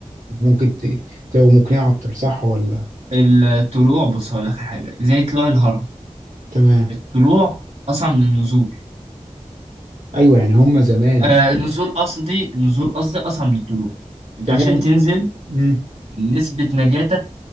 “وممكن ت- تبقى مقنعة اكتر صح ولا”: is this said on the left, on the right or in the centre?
Right